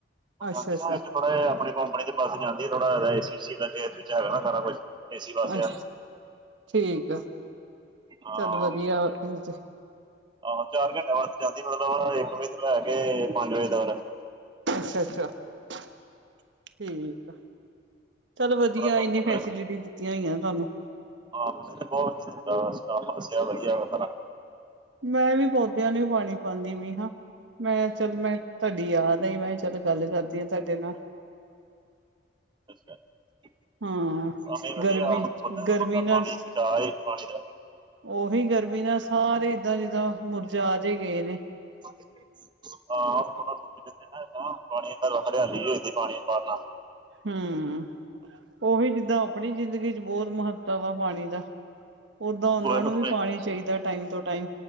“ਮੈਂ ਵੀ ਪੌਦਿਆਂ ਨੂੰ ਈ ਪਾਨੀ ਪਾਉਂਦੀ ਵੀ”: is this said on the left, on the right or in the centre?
Right